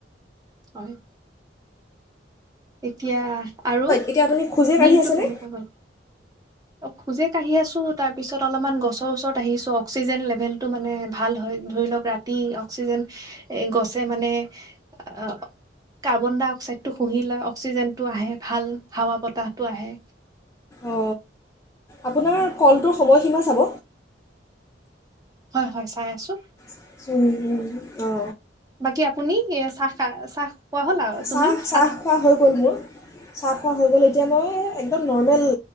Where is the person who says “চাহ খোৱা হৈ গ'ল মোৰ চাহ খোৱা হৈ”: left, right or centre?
Left